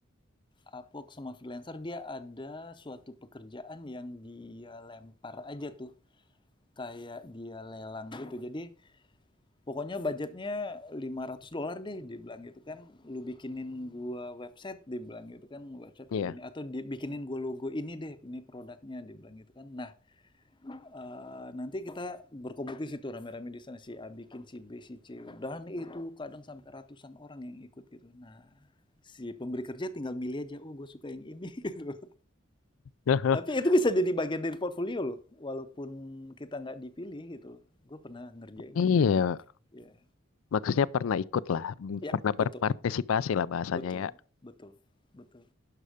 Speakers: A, on the left; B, on the left.
A: Upwork sama freelancer dia ada suatu pekerjaan yang dia lempar aja tuh, kayak dia lelang gitu. Jadi Pokoknya budgetnya 500 dolar deh, dia bilang gitu kan. Lu bikinin gua website, dia bilang gitu kan. Website kayak
B: iya,
A: gini. Atau bikinin gua logo ini deh, ini produknya, dia bilang gitu kan. Nah, eh, nanti kita berkompetisi tuh rame-rame di sana. Si A bikin, si B, si C. Dan itu kadang sampai ratusan orang yang ikut gitu. Nah, si pemberi kerja tinggal milih aja, oh gue suka yang ini <laughs> gitu.
B: <laughs>
A: Tapi itu bisa jadi bagian dari portfolio loh, walaupun kita nggak dipilih gitu. Gue pernah ngerjain
B: iya,
A: yang kayak gini. gitu. Ya,
B: maksudnya pernah ikut lah,
A: ya
B: pernah
A: betul.
B: berpartisipasi lah bahasanya
A: Betul,
B: ya.
A: betul, betul.